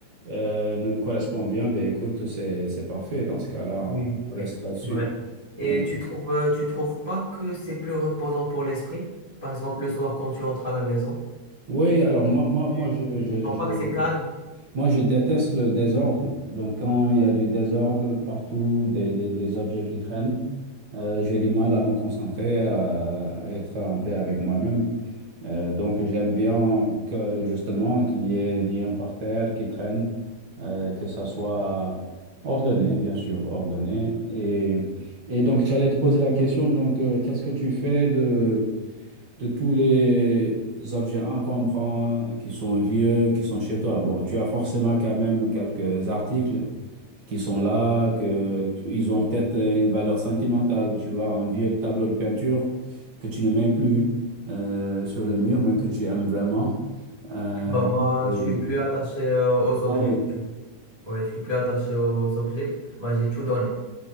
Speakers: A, on the right (about 50°); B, on the right (about 15°).
A: euh, nous correspond bien, ben écoute, c'est, c'est parfait. Dans ce cas-là,
B: Oui,
A: on
B: Oui,
A: reste là-dessus.
B: c'est vrai. Et
A: Ouais.
B: tu trouves, euh, tu trouves pas que c'est plus reposant pour l'esprit? Par exemple, le soir, quand tu entres à la maison,
A: Oui, alors moi, moi,
B: oui.
A: moi, je, je,
B: tu sens
A: je-
B: pas que c'est calme?
A: moi, je déteste le désordre. Donc, quand il y a du désordre partout, des, des, des objets qui traînent, euh, j'ai du mal à me concentrer, à être en paix avec moi-même. Euh, donc, j'aime bien que, justement, qu'il y ait des liens par terre qui traînent, euh, que ça soit ordonné, bien sûr, ordonné. Et, et donc, j'allais te poser la question, donc, euh, qu'est-ce que tu fais de de tous les objets encombrants qui sont vieux, qui sont chez toi. Bon, tu as forcément quand même quelques articles qui sont là, que tu- ils ont peut-être euh, une valeur sentimentale. Tu vois, un vieux tableau de peinture que tu ne mets plus euh, sur les murs, mais que tu aimes vraiment. Euh,
B: Bah, moi,
A: et-
B: je suis plus attaché, euh, aux objets,
A: Ah oui,
B: tu vois. Oui, je suis plus attaché aux objets. Bah, j'ai tout donné.